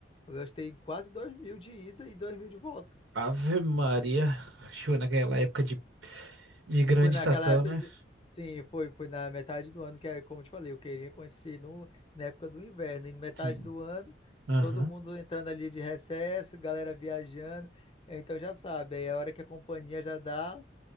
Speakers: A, on the left (about 30°); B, on the right (about 80°).
A: eu gastei quase 2 mil de ida e 2 mil de volta.
B: Ave Maria, show naquela época de, de grande
A: Foi naquela
B: estação,
A: época
B: né?
A: de... Sim, foi, foi na metade do ano, que é como eu te falei, eu queria conhecer no, na época do inverno. E na metade
B: Sim.
A: do ano,
B: Aham.
A: todo mundo entrando ali de recesso, galera viajando. Então já sabe, aí é a hora que a companhia já dá